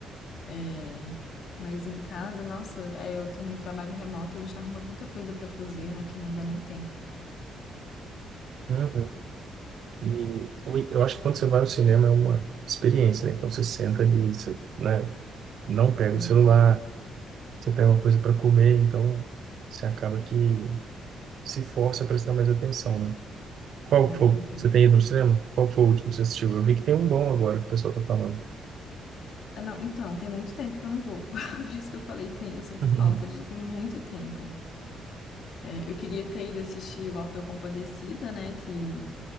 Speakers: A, on the left; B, on the right.
A: É... Mas em casa, nossa, é, eu também trabalho remoto, a gente arruma tanta coisa para fazer, né, que não dá nem tempo.
B: Uhum. E o- eu acho que quando você vai ao cinema é uma experiência, né? Então você senta ali, você, né, não pega
A: Sim,
B: o celular, você tem uma coisa para comer, então você acaba que se força a prestar mais atenção, né? Qual
A: é,
B: foi?
A: também.
B: Você tem ido no cinema? Qual foi o último que você assistiu? Eu vi que tem um bom agora que o pessoal tá falando.
A: Ah, não, então, tem muito tempo que eu não vou. <laughs> Por isso que eu falei, tem, eu sinto
B: <laughs>
A: falta de tem muito tempo. É, eu queria ter ido assistir o Auto da Compadecida, né, que